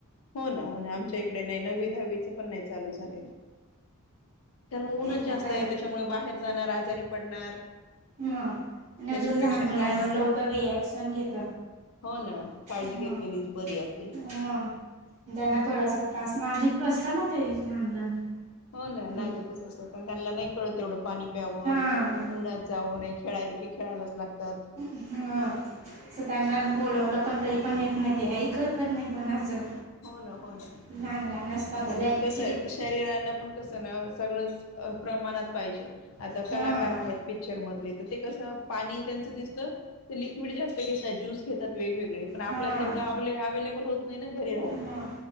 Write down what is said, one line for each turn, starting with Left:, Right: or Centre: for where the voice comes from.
Left: हो ना हो ना आमच्या इकडे नाही नव्वी दहावीचं पण नाही चालू झालं कारण उनं
Right: ते
Left: जास्त
Right: आता
Left: आहे त्याच्यामुळे बाहेर जाणार आज. तरी पडणार
Right: मग आणि
Left: त्याच्यापेक्षा
Right: अजून लहान मुलांवर
Left: काळ
Right: लवकर रिऍकशन घेत,
Left: हो ना काळजी
Right: मग
Left: घेतलेलीच बरी आपली.
Right: मग त्यांना थोडासा त्रास माजिक कसत ना ते लहान लहान.
Left: हो ना
Right: मुले
Left: नाजूकच असत पण त्यांनला नाही कळत तेवढ पाणी प्यावं
Right: हा
Left: उन्हात जावं नाही खेळायला की खेळायलाच लागतात
Right: ह अस त्यांना बोलावलं पण तरी पण येत नाही ते ऐकत पण नाही कोणाचं
Left: हो ना हो ना
Right: लहान लहान असतात तर
Left: आणि
Right: लय
Left: कस
Right: किती
Left: शरीराला आपण कसं ना सगळंच प्रमाणात पाहिजे. आता
Right: हां
Left: कलाकार आहेत पिक्चर मधले त. ते कस पाणी त्यांच दिसत ते लिक्विड जास्त घेतात ज्यूस घेतात. वेगवेगळे पण
Right: हां
Left: आपल्याला तेवढव आवलयाअवेलेबल होत. नाही ना, घरी आहो
Right: ह